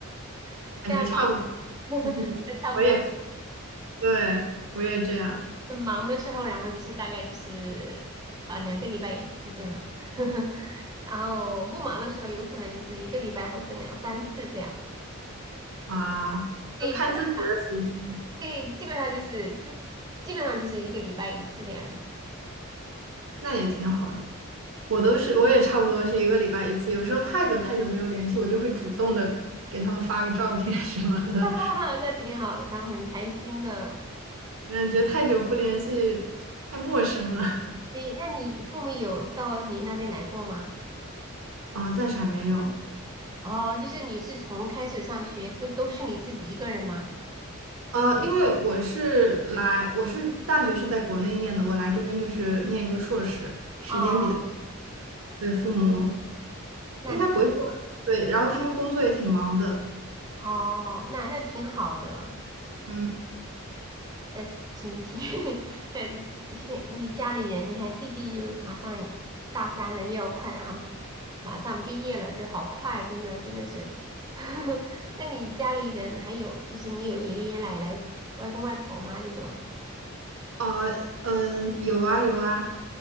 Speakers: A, on the right; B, on the right.
A: <laughs>
B: 感觉差不多，
A: 这样吧，<laughs>
B: <laughs>
A: 差不多。
B: 我也是，对，我也这样
A: 很忙的时候，然后就是大概就是呃两个礼拜一次这样，<laughs> 然后不忙的时候，有可能就是一个礼拜或者两三次这样。
B: 啊，
A: 所以基本上，
B: 就看自己的时间，
A: 对，基本上就是基基本上就是一个礼拜一次这样子。
B: 那也挺好的。我都是，我也差不多是一个礼拜一次，有时候太久太久没有联系，我就会主动的给他们发个照片 <laughs> 什么的，
A: <laughs> 那挺好的，他们很开心的。
B: 感觉太久不联系，太陌生了
A: 你那你父母有到你那边来过吗？
B: 啊，暂时还没有。
A: 哦，就是你是从开始上学都都是你自己一个人吗？
B: 呃，因为我是来，我是大学是在国内念的，我来这边就是念一个硕士，时间比较，
A: 哦，
B: 对，父母
A: 那挺
B: 应该不会过来，对，然后他们工作也挺忙的。
A: 哦，那那挺好的。
B: 嗯。
A: 的亲戚，<laughs> 呃，是给你家里人，你看弟弟又马上也大三了，又要快，然后马上毕业了，就好快，真的真的是。<laughs> 那你家里人还有就是你有爷爷奶奶、外公外婆吗？这种
B: 啊，嗯，有啊有啊，